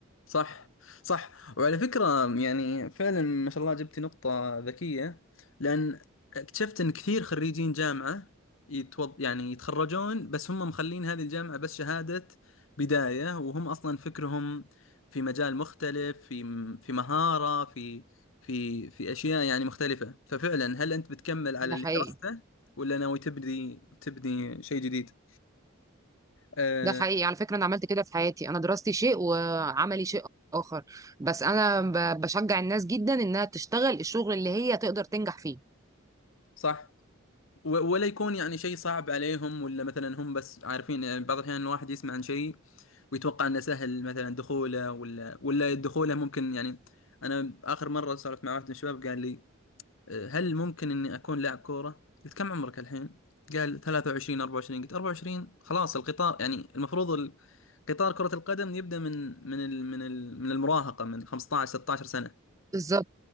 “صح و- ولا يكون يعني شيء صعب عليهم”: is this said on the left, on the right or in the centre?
Left